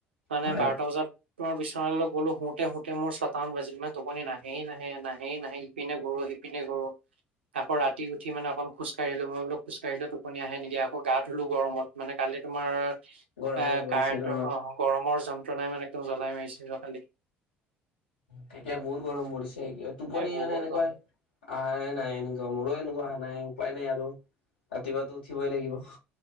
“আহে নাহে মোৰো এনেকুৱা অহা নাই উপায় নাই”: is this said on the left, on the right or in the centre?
Left